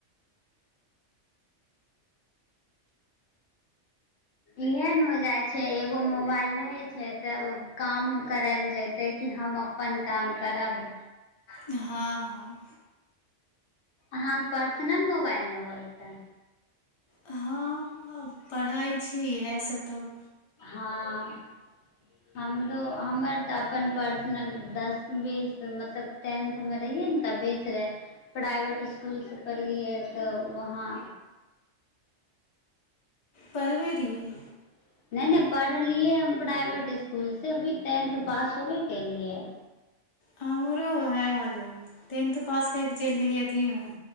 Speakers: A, on the left; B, on the left.
A: इहन मजा छै एगो मोबाइल रहे छै तऽ ओ काम करायल जैतै कि हम अपन काम करब
B: हँ हँ
A: अहाँ पर्सनल मोबाइल नहि होलतै
B: हँ पढ़ाइ छियै इएह सब तब
A: हँ हमरो हमर तऽ अपन पर्सनल दस बीस मतलब टेंथमे रहियै ने तबस रहै प्राइवेट इसकुलसँ पढ़लियै तऽ वहाँ
B: पढ़बै
A: नहि
B: रहियै
A: नहि पढ़लियै हम प्राइवेट इकुल से भी टेंथ पास होबे केलियै
B: हमरो वह होले टेंथ पास कर के चलि गेलिय अथी मे